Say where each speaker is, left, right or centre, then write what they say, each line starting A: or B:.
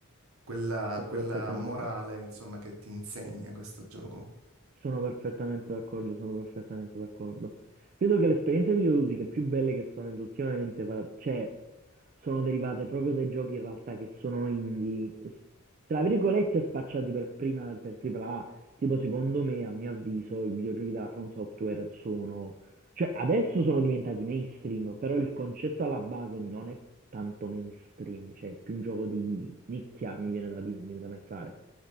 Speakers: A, on the right; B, on the right.
A: quella,
B: sono
A: quella
B: perfettamente
A: morale,
B: d'accordo.
A: insomma, che ti insegna questo gioco.
B: Sono perfettamente d'accordo, sono perfettamente d'accordo. Credo che le esperienze videoludiche più belle che sono venute ultimamente, par- cioè, sono derivate proprio dai giochi in realtà che sono indie, s- tra virgolette spacciati per prima per AAA. Tipo, secondo me, a mio avviso, i videogiochi della From Software sono, cioè, adesso sono diventati mainstream, però il concetto alla base non è tanto mainstream, cioè, è più un gioco di nicchia, mi viene da dire, mi viene da pensare.